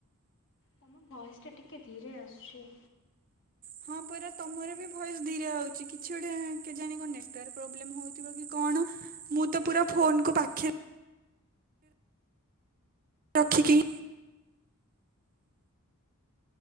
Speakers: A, on the left; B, on the right.
A: ତମ ଭଏସ ଟା ଟିକେ ଧିରେ ଆସୁଛି।
B: ହଁ ପରା ତମର ବି ଭଏସ ଧୀରେ ହଉଛି। କିଛି ଗୋଟେ କେଜାଣି କଣ ନେଟୱର୍କ ପ୍ରୋବଲେମ ହଉଥିବ କି କଣ। ମୁଁ ତ ପୁରା ଫୋନ୍ କୁ ପାଖେ ରଖିକି